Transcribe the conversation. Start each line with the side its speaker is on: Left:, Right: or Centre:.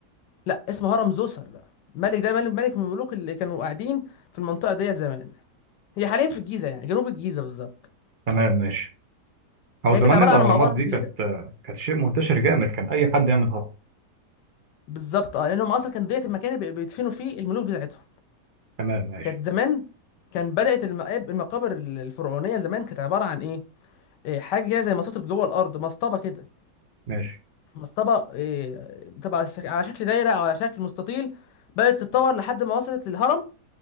Left: لا اسمه هرم زوسر ده ملك ده ملك ملك من الملوك اللي كانوا قاعدين في المنطقه ديت زمان هي حاليا في الجيزه يعني جنوب الجيزه بالظبط
Right: تمام ماشي أو
Left: هي
Right: زمان
Left: كانت عباره
Right: الأهرامات
Left: عن مقبره
Right: دي
Left: كبيره
Right: كانت كانت شيء منتشر جامد كان أي حد يعمل هرم
Left: بالظبط اه لانهم اصلا كانوا ديت المكان اللي بي- بيدفنوا فيه الملوك بتاعتهم
Right: تمام ماشي
Left: كانت زمان كان بدات المقاب- المقابر الفرعونيه زمان كانت عباره عن ايه إيه، حاجه كده زي مصاطب جوه الارض مسطبه كده
Right: ماشي
Left: مسطبه إيه، بتبقى على شك- على شكل دايره او على شكل مستطيل بدات تتطور لحد ما وصلت للهرم